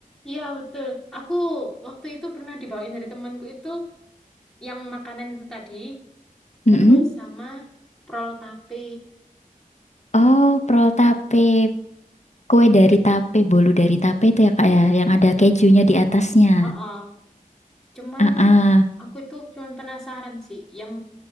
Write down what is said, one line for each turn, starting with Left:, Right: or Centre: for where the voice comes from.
Centre: iya betul. Aku waktu itu pernah dibawain dari temanku itu yang makanan itu tadi,
Left: <laughs>
Centre: terus
Left: Mm-mm.
Centre: sama prol tape
Left: Oh,
Centre: tuh.
Left: prol tape. Kue dari tape, bolu dari tape itu ya, Kak, ya. Yang ada
Centre: Ya.
Left: kejunya di atasnya.
Centre: Oh, oh. Cuman
Left: Ah, ah.
Centre: aku itu cuman penasaran sih, yang